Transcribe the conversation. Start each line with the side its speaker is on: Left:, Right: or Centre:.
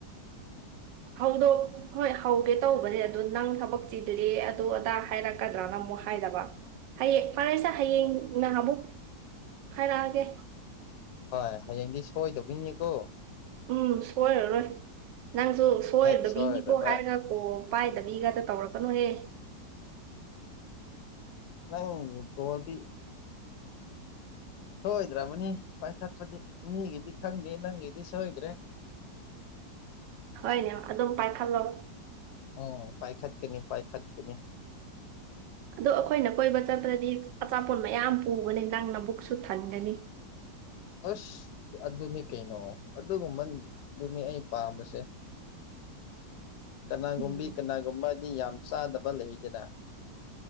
Right: ꯍꯗꯣ ꯍꯣꯏ ꯍꯧꯒꯦ ꯇꯧꯕꯅꯦ ꯑꯗꯨ ꯅꯪ ꯊꯕꯛ ꯆꯤꯗꯨꯗꯤ ꯑꯗꯨ ꯑꯗꯥ ꯍꯥꯏꯔꯛꯀꯗ꯭ꯔꯅ ꯑꯃꯨꯛ ꯍꯥꯏꯗꯕ ꯍꯌꯦꯡ ꯐꯔꯦꯁꯦ ꯍꯌꯦꯡ ꯅꯍ ꯑꯃꯨꯛ ꯍꯥꯏꯔꯛꯑꯒꯦ
Left: ꯍꯣꯏ ꯍꯌꯦꯡꯗꯤ ꯁꯣꯏꯗꯕꯩꯅꯤꯀꯣ
Right: ꯎꯝ ꯁꯣꯏꯔꯔꯣꯏ ꯅꯪꯁꯨ ꯁꯣꯏꯔꯗꯕꯤꯅꯤꯀꯣ
Left: ꯍꯦꯛ ꯁꯣꯏꯔꯕ
Right: ꯍꯥꯏꯔꯒ ꯑꯣ ꯄꯥꯏꯗꯕꯤꯒꯗ ꯇꯧꯔꯛꯀꯅꯨꯍꯦ
Left: ꯅꯪ ꯏꯗꯤ ꯁꯣꯏꯗ꯭ꯔꯕꯅꯤ ꯄꯥꯏꯈꯠꯄꯗꯤ ꯃꯤꯒꯤꯗꯤ ꯈꯪꯗꯦ ꯅꯪꯒꯤꯗꯤ ꯁꯣꯏꯗ꯭ꯔꯦ
Right: ꯍꯣꯏꯅꯦ ꯑꯗꯨꯝ ꯄꯥꯏꯈꯠꯂꯣ
Left: ꯎꯝ ꯄꯥꯏꯈꯠ ꯀꯅꯤ ꯄꯥꯏꯈꯠ ꯀꯅꯤ
Right: ꯑꯗꯣ ꯑꯈꯣꯏꯅ ꯀꯣꯏꯕ ꯆꯠꯄꯗꯗꯤ ꯑꯆꯥꯄꯣꯠ ꯃꯌꯥꯝ ꯄꯨꯕꯅꯦ ꯅꯪ ꯅꯕꯨꯛꯁꯨ ꯊꯟꯒꯅꯤ
Left: ꯑꯁ ꯑꯗꯨꯅꯤ ꯀꯩꯅꯣ ꯑꯗꯨꯒꯨꯝꯕꯗꯨꯅꯤ ꯑꯩ ꯄꯥꯝꯕꯁꯦ
Right: <inaudible>
Left: ꯀꯅꯥꯒꯨꯝꯕꯤ
Right: ꯎꯝ
Left: ꯀꯅꯥꯒꯨꯝꯕꯗꯤ ꯌꯥꯝ ꯆꯥꯗꯕ ꯂꯩꯗꯅ